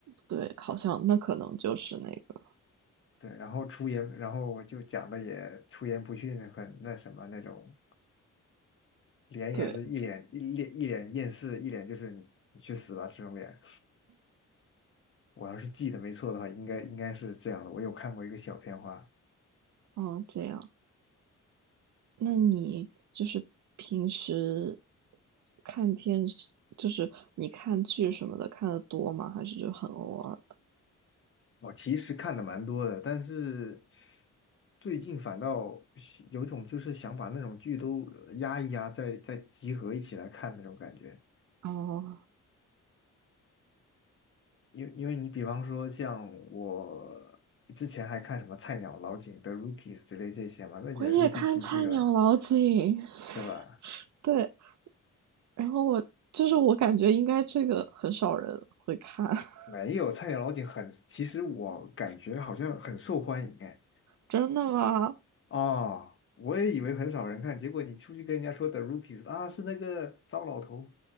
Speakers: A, on the right (about 65°); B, on the left (about 40°).
A: 对，好像那可能就是那个
B: 对，然后出言，然后我就讲的也出言不逊，很那什么那种，脸也是一脸一脸一脸厌世，
A: 对，
B: 一脸就是你你去死吧这种脸。我要是记得没错的话，应该应该是这样的。我有看过一个小片花，
A: 嗯，这样。那你就是平时看电视，就是你看剧什么的看的多吗？还是就很偶尔的？
B: 我其实看的蛮多的，但是最近反倒有一种就是想把那种剧都压一压，再再集合一起来看那种感觉。
A: 哦，
B: 因因为你比方说像我之前还看什么菜鸟老井的 Rookies 之类这些嘛，那也是第七季了，
A: 我也看菜鸟老警，
B: 是吧？
A: <laughs> 对，然后我就是我感觉应该这个很少人会看，<laughs>
B: 没有菜鸟老井很，其实我感觉好像很受欢迎哎。
A: 真的吗？
B: 哦，我也以为很少人看，结果你出去跟人家说的 Rookies 啊，是那个糟老头，